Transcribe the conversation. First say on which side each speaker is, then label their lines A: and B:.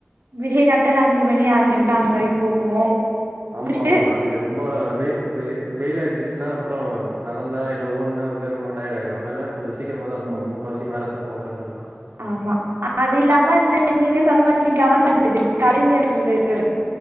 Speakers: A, on the right; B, on the right.
A: விடிய காத்தால அஞ்சு மணி ஆறு மணிக்கா அந்த மாரி போவோ
B: ஆமா
A: முடிச்சுட்டு
B: ஆமா அது ரொம்ப வெ வெய் வெய்லாய்டுச்சுன்னா அப்றோ நடந்தா இல்ல ஓட்னா வந்து ரொம்ப டயர்ட் ஆய்டு அதனால கொஞ்சோ சீக்கிரமா தா வெப்பாங்க
A: ம்
B: முக்கா வாசி மேரத்தா வோக்கத்தான்லா
A: ஆமா அது இல்லாம இந்த நீங்க சொன்ன மாரி கவர்மண்ட்டுது கலைஞர் இது